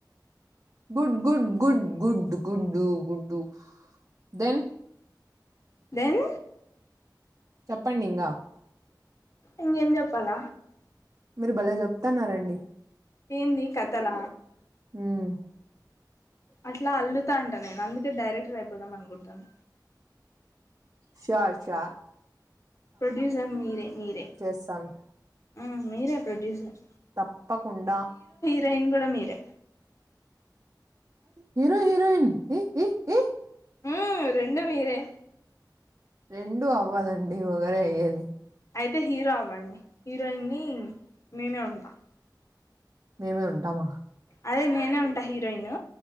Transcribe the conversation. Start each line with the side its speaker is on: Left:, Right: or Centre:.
Right: గుడ్ గుడ్ గుడ్ గుడ్డు గుడ్డు గుడ్డు దెన్
Left: దెన్
Right: చెప్పండింగా
Left: ఇంగేం చెప్పాల
Right: మీరు భలే చెప్తున్నారండి.
Left: ఏంది కథల
Right: ఉమ్
Left: అట్ల అల్లుతా అంట నేను అందుకే డైరెక్టర్ అయిపోదాం అనుకుంటాన్న.
Right: సోర్ చా
Left: ప్రొడ్యూసర్ మీరె మీరె
Right: చేస్తాను
Left: ఉమ్ మీరె ప్రొడ్యూసర్
Right: తప్పకుండ
Left: తెఈన్ కూడ మీరే
Right: హీరొ హిరోయిన్ ఇ ఇ ఇ
Left: ఊ రెండు మీరె
Right: రెండు అవ్వదండి ఒకరె అయ్యేది
Left: అయితె హీరో అవ్వండి హీరోయిన్ ని మేమె ఉంటా
Right: మేమే ఉంటామహ్
Left: అదే నేనె ఉంట హీరోయిన్